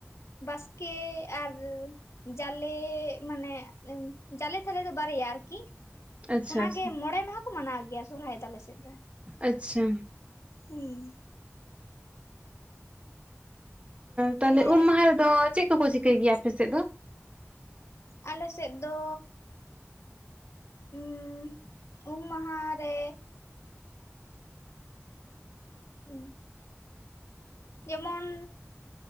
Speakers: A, on the left; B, on the right.
A: ᱵᱟᱥᱠᱮ ᱟᱨ ᱡᱟᱞᱮ ᱢᱟᱱᱮ, ᱡᱟᱞᱮ ᱛᱟᱞᱮ ᱫᱚ ᱵᱟᱨᱭᱟ ᱟᱨᱠᱤ᱾
B: ᱟᱪᱪᱷᱟ
A: ᱚᱱᱟᱜᱮ
B: ᱟᱪᱪᱷᱟ
A: ᱢᱚᱬᱮ ᱢᱟᱦᱟ ᱠᱚ ᱢᱟᱱᱟᱣ ᱜᱮᱭᱟ ᱥᱚᱨᱦᱟᱭ ᱫᱚ ᱟᱞᱮ ᱥᱮᱫ ᱫᱚ
B: ᱟᱪᱪᱷᱟ
A: ᱦᱮᱸ
B: ᱛᱟᱦᱞᱮ
A: ᱛᱟᱦᱚᱞᱮ
B: ᱩᱢ ᱢᱟᱦᱟ ᱨᱮᱫᱚ ᱪᱮᱫ ᱠᱚᱠᱚ ᱪᱤᱠᱟᱹᱭ ᱜᱮᱭᱟ ᱟᱯᱮᱥᱮᱫ ᱫᱚ
A: ᱟᱞᱮᱥᱮᱫ ᱫᱚ ᱩᱸᱻ ᱩᱢ ᱢᱟᱦᱟ ᱨᱮ ᱩᱸᱻ ᱡᱮᱢᱚᱱ